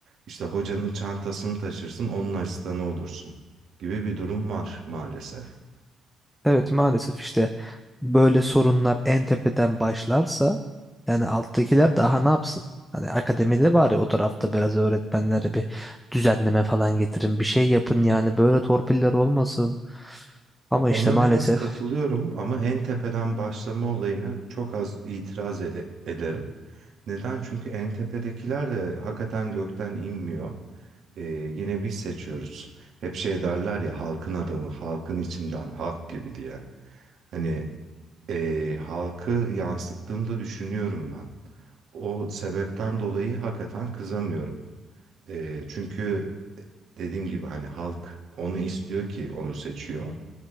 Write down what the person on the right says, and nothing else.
İşte hocanın çantasını taşırsın, onun asistanı olursun gibi bir durum var maalesef.
Ya ona
biraz katılıyorum ama en tepeden başlama olayına çok az itiraz e- ederim. Neden? Çünkü en tepedekiler de hakikaten gökten inmiyor. Ee, yine biz seçiyoruz. Hep şey derler ya halkın adamı, halkın içinden, halk gibi diye. Hani e, halkı yansıttığını da düşünüyorum ben. O sebepten dolayı hakikaten kızamıyorum. E, çünkü dediğim gibi hani halk onu istiyor ki onu seçiyor